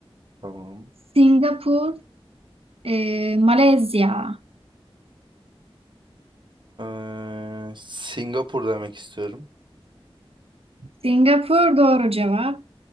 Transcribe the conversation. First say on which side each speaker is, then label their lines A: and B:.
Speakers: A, on the right; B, on the right.
A: Tamam.
B: Singapur, e, Malezya.
A: Ee, Singapur demek istiyorum.
B: Singapur doğru cevap.